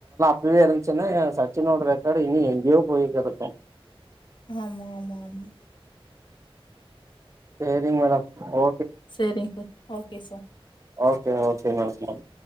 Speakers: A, on the right; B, on the left.
A: ஃபிரியா இருந்துச்சுன்னா ஏ சச்சினோட ரெக்கார்டு இனி எங்கேயோ போய்கெடக்கு
B: ஆமா ஆமா ஆமா
A: சரிங்க மேடம் ஓ
B: சரிங்க sir okay sir
A: okay okay madam